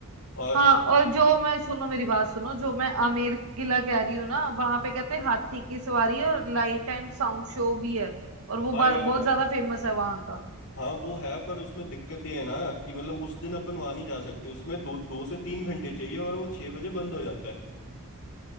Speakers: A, on the left; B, on the right.
A: और
B: हाँ
A: हवा
B: और जो मैं सुनो मेरी बात सुनो जो मैं आमेर किला कह रही हूँ ना वहां पे कहते हैं हाथी की सवारी है और लाइट एंड साउंड शो भी है और वो
A: हाँ
B: ब-
A: यार
B: बहुत ज्यादा फेमस है वहां का
A: हाँ वो है पर उसमें दिक्कत ये है ना कि मतलब उस दिन अपन वहां नहीं जा सकते उसमें दो दो से तीन घंटे चाहिए और वो छह बजे बंद हो जाता है